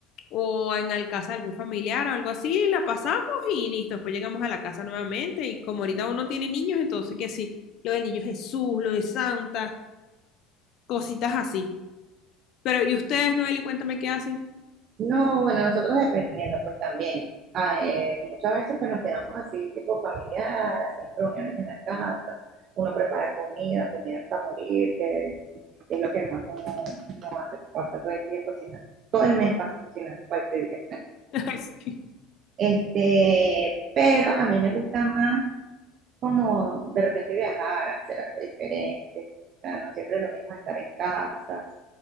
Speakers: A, on the left; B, on the right.
A: o en la casa de algún familiar o algo así, la pasamos y listo. Después llegamos a la casa nuevamente. Y como ahorita uno tiene niños, entonces que sí, lo del niño Jesús, lo de Santa, cositas así. Pero, ¿y ustedes, Noel, y cuéntame qué hacen?
B: No, bueno, nosotros dependiendo, pues también. Ah, eh, muchas veces pues nos quedamos así, tipo familiar, hacemos reuniones en la casa, uno prepara comida, comida hasta morir, que es lo que más uno, uno hace, pasa todo el día cocinando. Todo el mes pasa cocinando, cualquier día.
A: <laughs> Sí.
B: Este, pero a mí me gusta más como de repente viajar, hacer algo diferente. O sea, no siempre es lo mismo estar en casa.